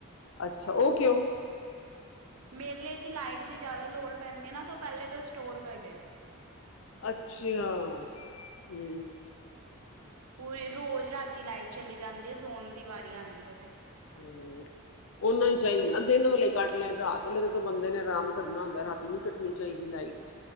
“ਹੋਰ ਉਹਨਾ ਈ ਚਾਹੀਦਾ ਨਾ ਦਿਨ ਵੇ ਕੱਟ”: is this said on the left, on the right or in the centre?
Left